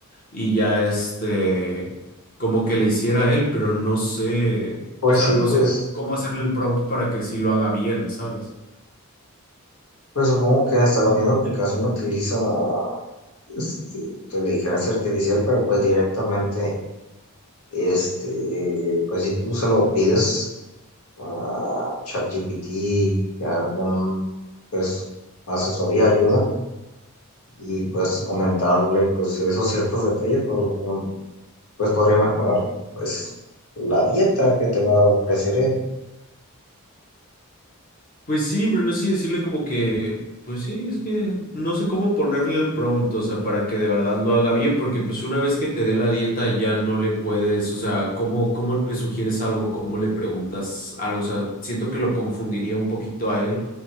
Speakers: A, on the left; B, on the left.
A: y ya este, como que le hiciera a él, pero no sé,
B: pues
A: o sea,
B: sí,
A: no
B: pues,
A: sé cómo hacerle el prompt para que sí lo haga bien, ¿sabes?
B: pues supongo que hasta la misma aplicación utiliza este, inteligencia artificial, pero pues directamente, este, pues si tú se lo pides a ChatGPT, a algún, pues, asesoría, ayuda, y pues comentarle, pues, esos ciertos detalles, pues pues podría mejorar pues la dieta que te va a ofrecer él.
A: Pues sí, pero no sé si decirle como que, pues sí, es que no sé cómo ponerle el prompt, o sea, para que de verdad lo haga bien, porque pues una vez que te dé la dieta ya no le puedes, o sea, ¿cómo, cómo le sugieres algo? ¿Cómo le preguntas algo? O sea, siento que lo confundiría un poquito a él.